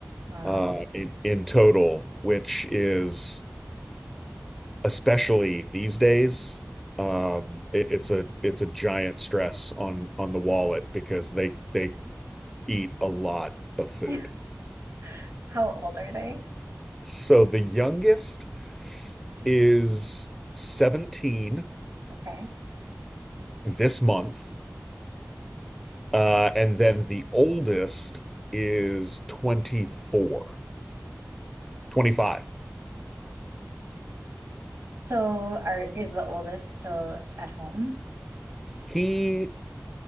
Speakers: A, on the right; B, in the centre.
A: Wow.
B: uh, in, in total, which is especially these days, um, it, it's a it's a giant stress on on the wallet because they they eat a lot of food.
A: <laughs> How old are they?
B: So the youngest is 17
A: Okay.
B: this month, uh, and then the oldest is 24, 25.
A: So are is the oldest still at home?
B: He,